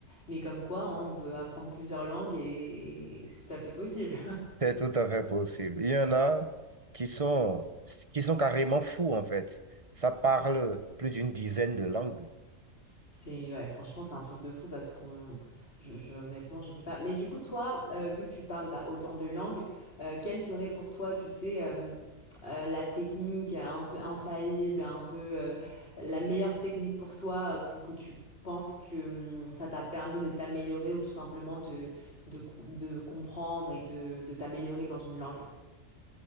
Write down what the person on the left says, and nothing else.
mais comme quoi, hein, on peut apprendre plusieurs langues et, et c'est tout à fait possible.
C'est ouais, franchement, c'est un truc de fou parce qu'on, je, je- honnêtement, je sais pas. Mais du coup, toi, euh, vu que tu parles bah, autant de langues, euh, quelle serait pour toi, tu sais, euh, euh, la technique un peu infaillible, un peu euh, la meilleure technique pour toi, euh, pour que tu penses que hum, ça t'a permis de t'améliorer ou tout simplement de, de, co- de comprendre et de, de t'améliorer dans une langue?